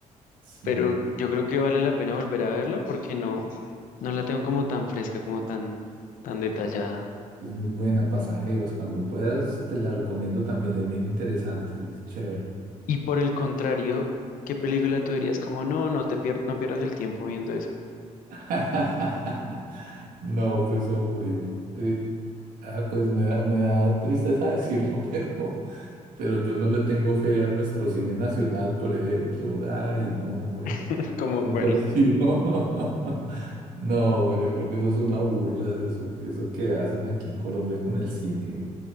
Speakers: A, on the right; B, on the left.
A: sí.
B: pero yo creo que vale la pena volver a verla porque no, no la tengo como tan fresca, como tan, tan detallada.
A: e- Es muy buena, pasajeros. Cuando puedas, te la recomiendo también, es bien interesante, es chévere.
B: Y por el contrario, ¿qué película tú dirías? Como, no, no te pier- no pierdas el tiempo viendo eso.
A: <laughs> No, pues hombre, eh, ah, pues me da, me da tristeza decirlo, <laughs> pero, pero yo no le tengo fe a nuestro cine nacional, por ejemplo. Ay, no, hombre.
B: <laughs> Como
A: Eso
B: cuál.
A: ha sido. <laughs> No, yo creo que eso es una burla, eso, eso que hacen aquí en Colombia con el cine.